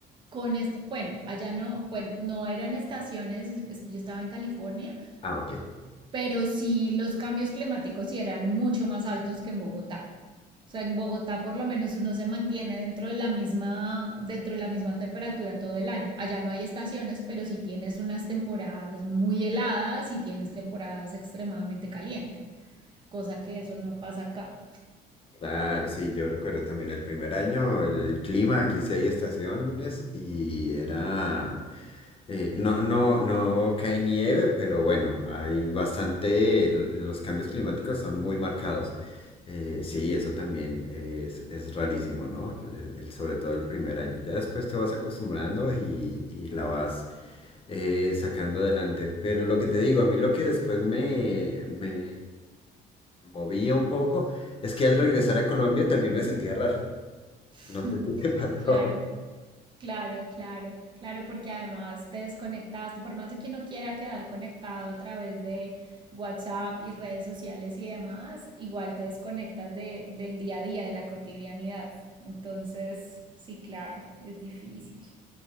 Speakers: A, on the right; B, on the left.
A: Con esto, bueno, allá no, bueno, no eran estaciones, es- yo estaba en California,
B: Ah, ok.
A: pero sí los cambios climáticos sí eran mucho más altos que en Bogotá. O sea, en Bogotá por lo menos uno se mantiene dentro de la misma, dentro de la misma temperatura todo el año. Allá no hay estaciones, pero sí tienes unas temporadas muy heladas y tienes temporadas extremadamente calientes, cosa que eso no pasa acá.
B: Claro, sí, yo recuerdo también el primer año, el clima, aquí sí hay estaciones y era, eh, no, no, no cae nieve, pero bueno, hay bastante, l- los cambios climáticos son muy marcados. Eh, sí, eso también es, es rarísimo, ¿no? El- el- sobre todo el primer año. Ya después te vas acostumbrando y, y la vas eh, sacando adelante. Pero lo que te digo, a mí lo que después me, me movía un poco. Es que al regresar a Colombia también me sentía raro.
A: <laughs>
B: No sé si te <laughs> pasó.
A: Claro. Claro, claro, claro, porque además te desconectaste, por más de que uno quiera quedar conectado a través de WhatsApp y redes sociales y demás, igual te desconectas de, del día a día, de la cotidianidad. Entonces, sí, claro, es difícil.